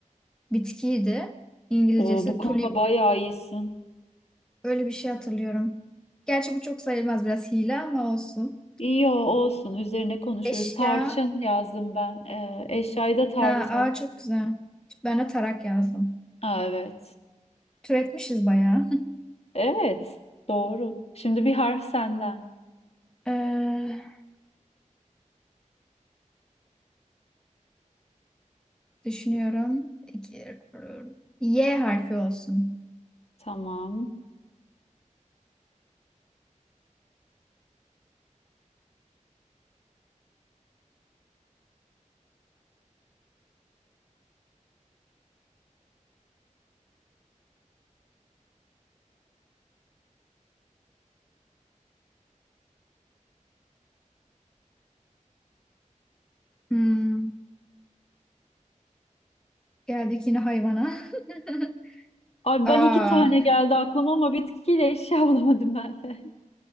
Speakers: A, in the centre; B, on the left.
A: bitkiydi. İngilizcesi
B: Oo, bu konuda
A: tulip
B: bayağı iyisin.
A: Öyle bir şey hatırlıyorum. Gerçi bu çok sayılmaz biraz hile ama olsun.
B: İyi o- olsun üzerine konuşuruz.
A: Eşya.
B: Tarçın yazdım ben. Ee, eşyayı da tartı.
A: Ha, aa çok güzel. Ben de tarak yazdım.
B: Aa, evet.
A: Türetmişiz bayağı. <laughs>
B: Evet doğru. Şimdi bir harf senden.
A: Ee, düşünüyorum. İki, Y harfi olsun.
B: Tamam.
A: Hmm, geldik yine hayvana. <laughs>
B: Abi
A: Aa,
B: ben iki tane geldi aklıma ama bitkiyle eşya bulamadım ben de.